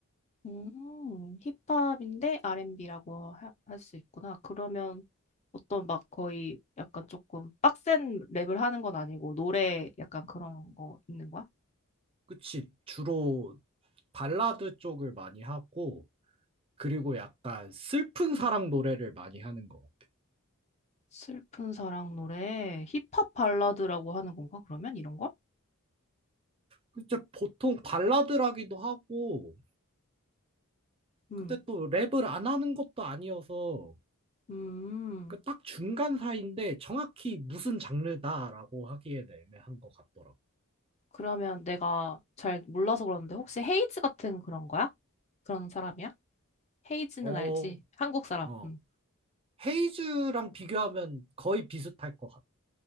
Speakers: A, on the left; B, on the right.
A: 음, 힙합인데 R&B라고 할 수 있구나. 그러면 어떤 막 거의 약간 조금 빡센 랩을 하는 건 아니고 노래 약간 그런 거 있는 거야?
B: 그치, 주로 발라드 쪽을 많이 하고, 그리고 약간 슬픈 사랑 노래를 많이 하는 것 같아.
A: 슬픈 사랑 노래, 힙합 발라드라고 하는 건가? 그러면 이런 걸?
B: 그때 보통 발라드라기도 하고,
A: 음,
B: 근데 또 랩을 안 하는 것도 아니어서,
A: 음.
B: 그 딱 중간 사이인데 정확히 무슨 장르다라고 하기에는 애매한 것 같더라고.
A: 그러면 내가 잘 몰라서 그러는데 혹시 헤이즈 같은 그런 거야? 그런 사람이야? 헤이즈는
B: 어,
A: 알지? 한국 사람.
B: 어.
A: 음.
B: 헤이즈랑 비교하면 거의 비슷할 것 같아.